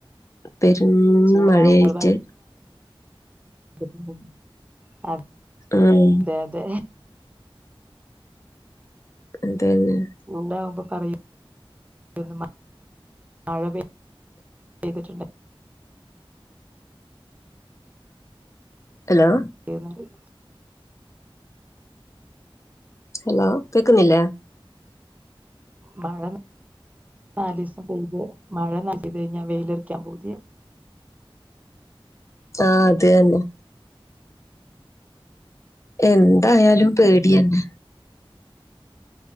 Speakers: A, on the left; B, on the right.
A: പെരും
B: ചൂടാവുമ്പോൾ
A: മഴയായിട്ട്
B: <unintelligible> ആത്
A: ആം
B: അതെ അതെ
A: അതന്നെ
B: ഉണ്ടാവുമ്പൊ പറയൂ <unintelligible> മഴ പെയ്തിട്ടുണ്ട്
A: ഹലോ
B: പെര്ന്നാക്കോയ്
A: ഹലോ കേക്കുന്നില്ലേ
B: മഴ നാല്സം പെയ്ത് മഴ നാല് പെയ്ത് കഴിഞ്ഞാ വെയിലറിക്കാൻ പൂതി
A: ആ അത് തന്നെ എന്തായാലും പേടിയന്നെ